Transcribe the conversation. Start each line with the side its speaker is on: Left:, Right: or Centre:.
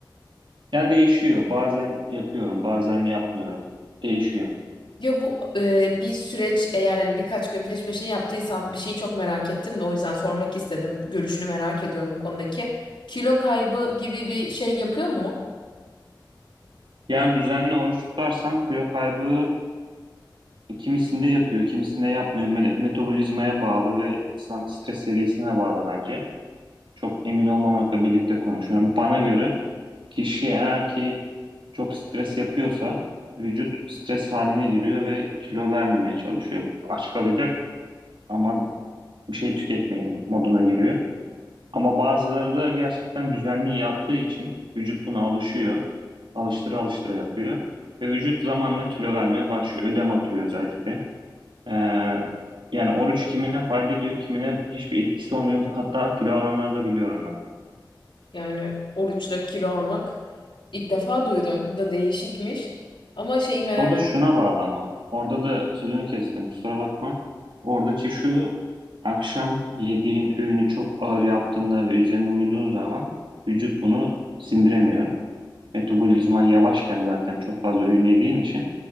Right: Ya değişiyor. Bazen yapıyorum, bazen yapmıyorum. Değişiyor.
Left: Ya bu e, bir süreç eğer hani birkaç gün peş peşe yaptıysan bir şeyi çok merak ettim de o yüzden sormak istedim. Görüşünü merak ediyorum bu konudaki. Kilo kaybı gibi bir şey yapıyor mu?
Right: Yani düzenli oruç tutarsam kilo kaybı e, kimisinde yapıyor, kimisinde yapmıyor. Me- metabolizmaya bağlı ve insanın stres seviyesine bağlı bence. Çok emin olmamakla birlikte konuşuyorum. Bana göre kişi eğer ki çok stres yapıyorsa vücut stres haline giriyor ve kilo vermemeye çalışıyor. Aç kalacak aman bir şey tüketmeyelim moduna giriyor. Ama bazıları da gerçekten düzenli yaptığı için vücut buna alışıyor. Alıştıra alıştıra yapıyor. Ve vücut zamanla kilo vermeye başlıyor. Ödem atıyor özellikle. Ee, yani oruç kimine fayda ediyor, kimine hiçbir etkisi olmuyor. Hatta kilo alanları da biliyorum ben.
Left: Yani oruçla kilo almak. ilk defa duydum. Bu da değişikmiş. Ama şeyi merak
Right: O da şuna
Left: ettim.
Right: bağlı ama. Orada da sözünü kestim kusura bakma. Oradaki şu akşam yediğin öğünü çok ağır yaptığında ve üzerine uyuduğun zaman vücut bunu sindiremiyor. Metabolizman yavaşken zaten çok fazla öğün yediğin için